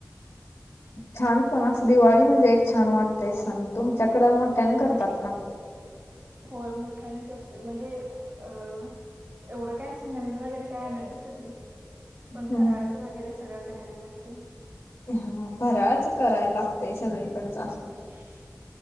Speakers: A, on the left (about 80°); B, on the right (about 50°).
A: छान! पण असं दिवाळी म्हणजे एक छान वाटतेय सण. तुमच्याकड मोठ्याने
B: हो
A: करतात का?
B: होय मोठ्यानेच असते. म्हणजे अ एवढं काय अस नवीन वगैरे काय आणत बसत नाही. पण
A: हम्म.
B: फराळाचं वगैरे सगळं करायला लागते.
A: हा फराळच करायला लागतय सगळीकडच असं.
B: <inaudible>